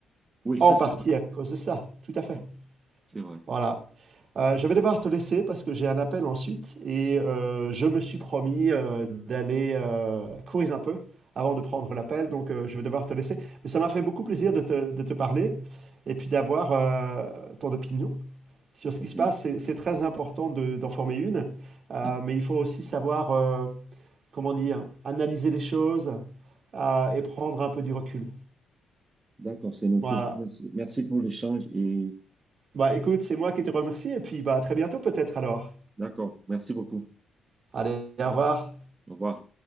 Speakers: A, on the right; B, on the right.
A: Oui,
B: En
A: ça,
B: partie
A: c'est vrai.
B: à cause de ça, tout à fait.
A: Oui, c'est vrai.
B: Voilà. Euh, je vais devoir te laisser parce que j'ai un appel ensuite et euh, je me suis promis euh, d'aller euh, courir un peu avant de prendre l'appel, donc euh, je vais devoir te laisser. Mais ça m'a fait beaucoup plaisir de te, de te parler et puis d'avoir euh, ton opinion sur ce
A: OK.
B: qui se passe. C'est c'est très important de- d'en former une, euh,
A: Hmm.
B: mais il faut aussi savoir, euh, comment dire, analyser les choses euh, et prendre un peu du recul.
A: D'accord, c'est noté.
B: Voilà.
A: Merci. Merci pour l'échange et
B: Bah écoute, c'est moi qui te remercie et puis bah à très bientôt peut-être alors.
A: d'accord, merci beaucoup.
B: Allez, au revoir.
A: Au revoir.